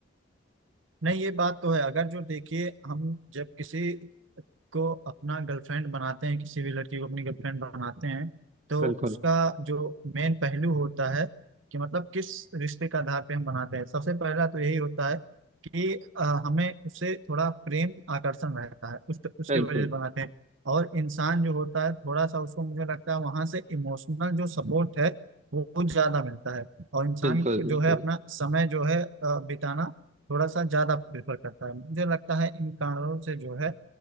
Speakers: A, on the right; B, on the right.
A: नहीं ये बात तो है अगर जो देखिए हम जब किसी को अपना गर्लफ्रेंड बनाते हैं किसी भी लड़की को अपनी गर्लफ्रेंड बनाते हैं तो
B: बिल्कुल
A: उसका जो मेन पहलू होता है कि मतलब किस रिश्ते का आधार पे हम बनाते हैं सबसे पहला तो यही होता है कि अ, हमें उससे थोड़ा प्रेम आकर्षण रहता है उस उसके
B: बिल्कुल
A: वजह से बनाते हैं और इंसान जो होता है थोड़ा सा उसको मुझे लगता है वहां से इमोशनल जो सपोर्ट है वो वो ज्यादा मिलता है और इंसान
B: बिल्कुल
A: को
B: बिल्कुल
A: जो है अपना समय जो है अ, बिताना थोड़ा सा ज्यादा प्रेफर करता है मुझे लगता है इन कारणों से जो है